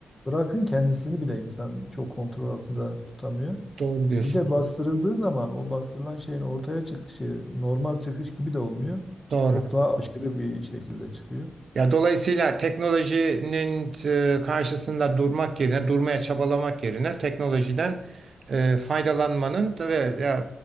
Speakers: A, on the left; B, on the right.
A: Bırakın kendisini bile insan çok kontrol altında tutamıyor.
B: Doğru diyorsun.
A: Bir de bastırıldığı zaman o bastırılan şeyin ortaya çıkışı normal çıkış gibi de olmuyor.
B: Doğru.
A: Çok daha aşırı bir şekilde çıkıyor.
B: Ya dolayısıyla teknolojinin e, karşısında durmak yerine, durmaya çabalamak yerine teknolojiden e, faydalanmanın da ve ya,